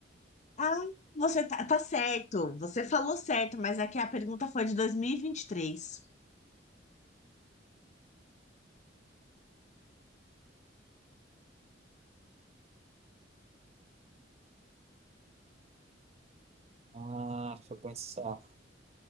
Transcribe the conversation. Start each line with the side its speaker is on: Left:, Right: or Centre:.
Left: Ah, você tá, tá certo. Você falou certo, mas aqui a pergunta foi de dois mil e e vinte e três
Right: ah, deixa eu pensar.